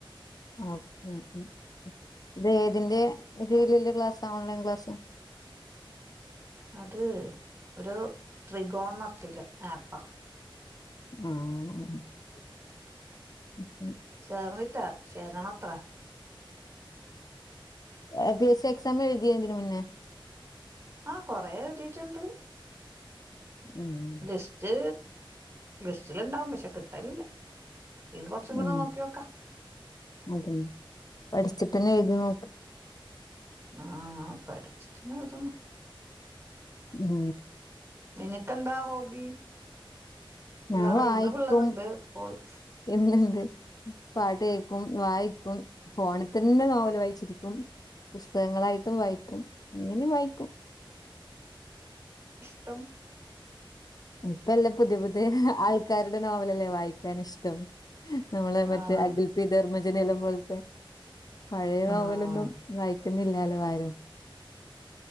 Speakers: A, on the left; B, on the right.
A: ആ ഉം ഉം ഇത അതിന്റെ കീയിൽ ള്ള ക്ലാസ ഓൺലൈൻ ക്ലാസ്
B: അത് ഒരു ത്രികോർണർട്ടിലെ ആപ്പാ
A: മ്മ്ഹ്ഹ്
B: ചേർന്നിട്ടാ ചേരണത്ര
A: ആ ബി എസ് സി എക്സാം എഴുതിയ തിന് മുന്നേ
B: ആ കൊറെ എഴുതിട്ടുണ്ട്
A: ഉം
B: ലിസ്റ്റ് ലിസ്റ്റിലുണ്ടാവും പക്ഷെ കിട്ടലില്ല ഇത് കൊറച്ചും കൂടെ
A: ഉം
B: നോക്കിയോക്കാ
A: അതന്നെ പഠിച്ചിട്ടന്നെ എഴതി നോക്ക
B: ആ പഠിച്ചിട്ടന്നായിന്ന
A: ഉം
B: എ നിനക്ക് ന്താ ഹോബി പിള്ളേരല്ല
A: ഞാൻ വായിക്കും
B: ഇന്ന് പിള്ളേരുണ്ട് പോയി
A: എന്ന്ണ്ട് പാട്ട് കേൾക്കും വായിക്കും ഫോണിൽ തന്നെ നോവല് വായിച്ചിരിക്കും പുസ്തകങ്ങളായിട്ടും വായിക്കും ഇങ്ങനെ വായിക്കും
B: മട്ടം
A: ഇപ്പല്ലാം പുതിയ പുതിയ ആൾക്കാരുടെ നോവലല്ലേ വായിക്കാൻ ഇഷ്ടം നമ്മളെ മറ്റേ
B: ആ
A: അഗൽ പിി ധർമ്മജനല്ലം പോലത്തെ പഴയ നോവലൊന്നും
B: ആഹ്
A: നയിക്കുന്നില്ലാലോ ആരും